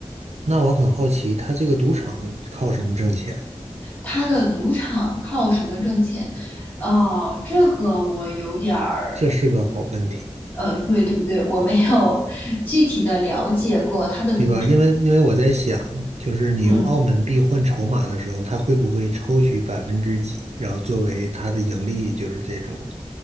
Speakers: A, on the right; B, on the left.
A: 那我很好奇，他这个赌场靠什么挣钱？
B: 它的赌场靠什么挣钱？哦，这个我有点儿
A: 这是个好问题，
B: 呃，对对对，我没有具体的了解过它的赌场。
A: 对吧？因为因为我在想，就是你用澳门币换筹码的时候，
B: 嗯，
A: 他会不会抽取百分之几，然后作为他的盈利，就是这种。